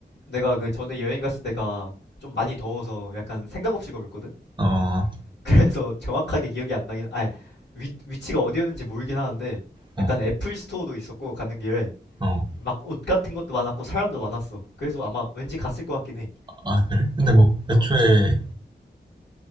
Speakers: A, on the left; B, on the right.
A: 내가 그 전에 여행 갔을 때가 좀 많이 더워서 약간 생각 없이 걸었거든?
B: 어,
A: <laughs> 그래서 정확하게 기억이 안 나긴, 아니, 위, 위치가 어디였는지 모르긴 하는데
B: 어,
A: 약간 애플 스토어도 있었고 가는 길에
B: 어.
A: 막 옷 같은 것도 많았고 사람도 많았어. 그래서 아마 왠지 갔을 것 같긴 해.
B: 아, 그래? 근데 뭐,
A: 어.
B: 애초에,